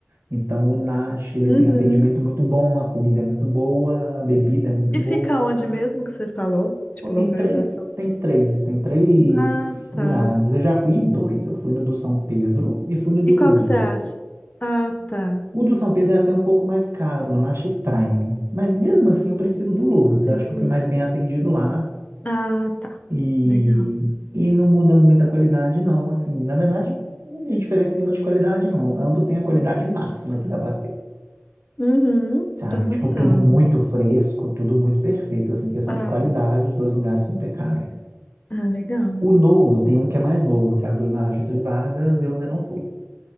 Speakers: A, on the right; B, on the left.
A: Então, o Nash, ele
B: Uhum.
A: tem atendimento muito bom, a comida é muito boa, a bebida é muito
B: E
A: boa.
B: fica onde mesmo que você falou? Tipo,
A: Pô, tem
B: localização.
A: três, tem três, tem três
B: Ah,
A: lugares.
B: tá.
A: Eu já fui em dois. Eu fui no do São Pedro e fui no do
B: E
A: Lourdes.
B: qual que você acha? Ah, tá.
A: O do São Pedro é até um pouco mais caro, é o Nash Prime. Mas mesmo assim eu prefiro o do Lourdes.
B: E-
A: Acho que eu fui mais bem atendido lá.
B: Ah, tá.
A: E,
B: Legal.
A: e não muda muito a qualidade, não. Assim, na verdade, não tem diferença nenhuma de qualidade, não. Ambos têm a qualidade máxima que dá para ter.
B: Uhum.
A: Sabe?
B: Tô anotando.
A: Tipo, tudo muito fresco, tudo muito perfeito. Assim, questão
B: Ah,
A: de qualidade, os dois lugares são impecáveis.
B: ah, legal.
A: O novo, tem um que é mais novo, que abriu na Getúlio Vargas, eu ainda não fui.